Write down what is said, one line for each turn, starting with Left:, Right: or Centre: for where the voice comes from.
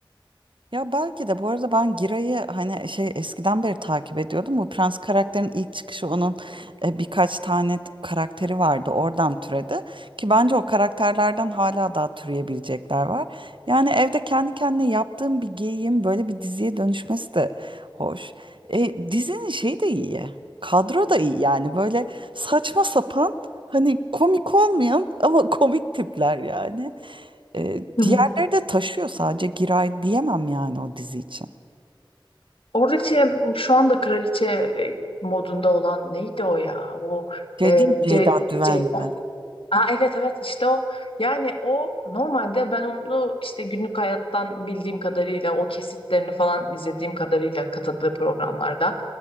Right: Ya belki de bu arada ben Giray'ı hani şey eskiden beri takip ediyordum. Bu Prens karakterin ilk çıkışı onun e, birkaç tane t- karakteri vardı. Oradan türedi. Ki bence o karakterlerden hala daha türeyebilecekler var. Yani evde kendi kendine yaptığım bir geyiğin böyle bir diziye dönüşmesi de hoş. E, dizinin şeyi de iyi. Kadro da iyi yani böyle saçma sapan hani komik olmayan ama <laughs> komik tipler yani. E,
Left: Hmm.
Right: diğerleri de taşıyor sadece Giray diyemem yani o dizi için.
Left: Oradaki şu anda kraliçe e, modunda olan neydi o ya? O
Right: Şey
Left: e,
Right: değil mi Ceyda
Left: C,
Right: Düvenci.
Left: C. Aa, evet evet işte o. Yani o normalde ben onu işte günlük hayattan bildiğim kadarıyla o kesitlerini falan izlediğim kadarıyla katıldığı programlarda